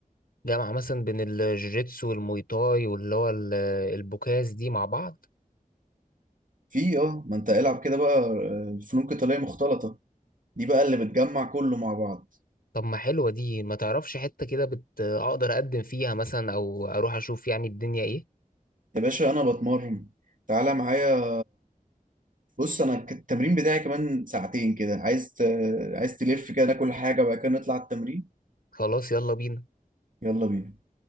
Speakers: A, on the left; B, on the right.
A: الجامعة مثلا بين الجوجيتسو والموي تاي واللي هو ال- البوكاس دي مع بعض
B: في اه ما انت العب كده بقى آه، فنون قتالية مختلطة دي بقى اللي بتجمع كله مع بعض
A: طب ما حلوة دي ما تعرفش حتة كده بت... اقدر اقدم فيها مثلا او اروح اشوف يعني الدنيا ايه
B: يا باشا انا بتمرن تعالى معايا بص انا ك- التمرين بتاعي كمان ساعتين كده عايز ت... عايز تلف كده ناكل حاجة وبعد كده نطلع التمرين
A: خلاص يلا بينا
B: يلا بينا